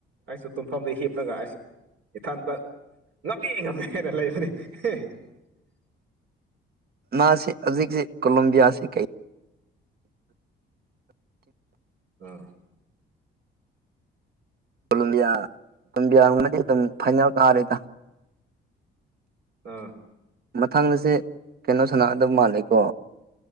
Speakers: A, on the right (about 70°); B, on the right (about 50°).
A: ꯑꯩꯁꯨ ꯇꯨꯝꯐꯝꯗ ꯍꯤꯞꯂꯒ ꯑꯁ ꯏꯊꯟꯇ ꯉꯝꯃꯤ ꯉꯝꯃꯦ ꯍꯥꯏꯅ ꯂꯩꯕꯅꯦ ꯍꯦ
B: ꯃꯥꯁꯦ ꯍꯧꯖꯤꯛꯁꯤ ꯀꯣꯂꯝꯕꯤꯌꯥꯁꯤ ꯀꯩ
A: ꯎꯝ
B: ꯀꯣꯂꯝꯕꯤꯌꯥ <inaudible> ꯌꯥꯡꯕꯅꯗꯤ ꯑꯗꯨꯝ ꯐꯥꯏꯅꯦꯜ ꯇꯥꯔꯦꯗ
A: ꯎꯝ
B: ꯃꯊꯪꯗꯁꯦ ꯀꯩꯅꯣ ꯁꯅꯥꯒꯗꯕ ꯃꯥꯜꯂꯦꯀꯣ